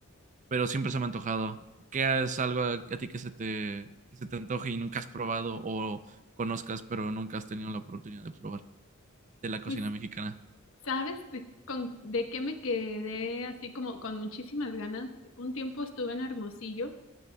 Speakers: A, on the right; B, on the left.
A: pero siempre se me ha antojado. ¿Qué es algo a, a ti que se te, que se te antoje y nunca has probado o conozcas, pero nunca has tenido la oportunidad de probar de la cocina
B: Pues,
A: mexicana?
B: ¿sabes de, con, de qué me quedé así como con muchísimas ganas? Un tiempo estuve en Hermosillo